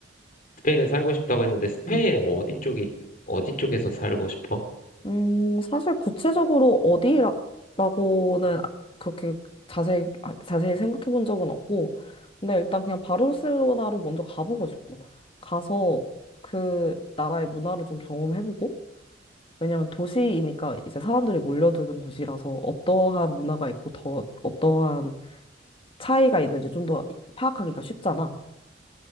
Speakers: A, on the left; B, on the left.
A: 스페인에 살고 싶다고 했는데 스페인
B: 음.
A: 어디 쪽이 어디 쪽에서 살고 싶어?
B: 음, 사실 구체적으로 어디라고는 그렇게 자세히, 아, 자세히 생각해 본 적은 없고, 근데 일단 그냥 바르셀로나로 먼저 가보고 싶어. 가서 그 나라의 문화를 좀 경험해보고, 왜냐면 도시이니까 이제 사람들이 몰려드는 곳이라서 어떠한 문화가 있고 더 어떠한 차이가 있는지 좀 더 파악하기가 쉽잖아.